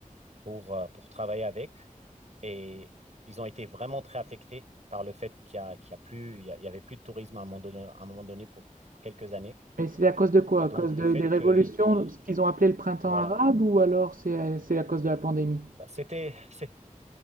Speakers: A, on the right (about 55°); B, on the right (about 75°).
A: pour, euh, pour travailler avec. Et ils ont été vraiment très affectés par le fait qu'il y a, qu'il y a plus, il y a- il y avait plus de tourisme à un moment donné, à un moment donné pour quelques années.
B: Mais c'est à cause de quoi?
A: Et
B: À
A: donc,
B: cause de-
A: le fait
B: des révolutions,
A: qu'il y ait des,
B: ce qu'ils ont appelé le printemps
A: voilà,
B: arabe, ou alors c'est à, c'est à cause de la pandémie?
A: C'était, c'est-